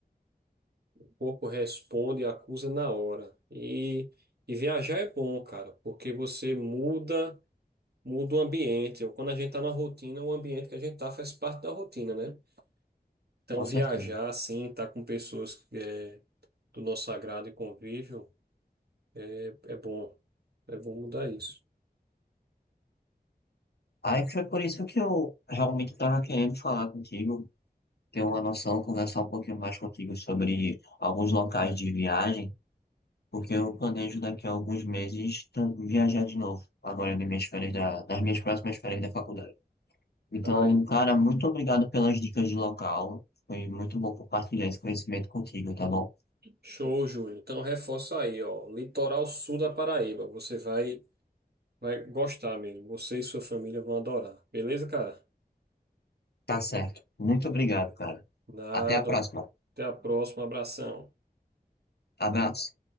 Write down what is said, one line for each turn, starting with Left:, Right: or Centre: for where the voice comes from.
Right: corpo responde e acusa na hora. E, e viajar é bom, cara, porque você muda, muda o ambiente. Ou quando a gente tá na rotina, o ambiente que a gente tá faz parte da rotina, né? Então
Left: Com
Right: viajar,
Left: certeza.
Right: assim, tá com pessoas eh, do nosso agrado e convívio, é, é bom. É bom mudar isso.
Left: Aí foi por isso que eu realmente estava querendo falar contigo, ter uma noção, conversar um pouquinho mais contigo sobre alguns locais de viagem, porque eu planejo daqui a alguns meses tra- viajar de novo, agora nas minhas férias da, nas minhas próximas férias da faculdade. Então,
Right: Ai,
Left: cara, muito obrigado pelas dicas de local. Foi muito bom compartilhar esse conhecimento contigo, tá bom?
Right: show, Júlio. Então reforça aí, ó. Litoral sul da Paraíba. Você vai, vai gostar mesmo. Você e sua família vão adorar. Beleza, cara?
Left: Tá certo. Muito obrigado, cara.
Right: Nada.
Left: Até a próxima.
Right: Até a próxima. Abração.
Left: Abraço.